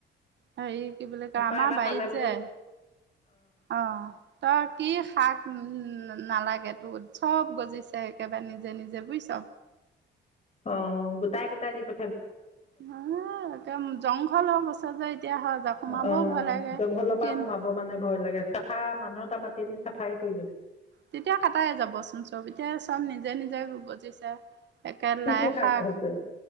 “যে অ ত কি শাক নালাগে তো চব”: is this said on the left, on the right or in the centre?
Right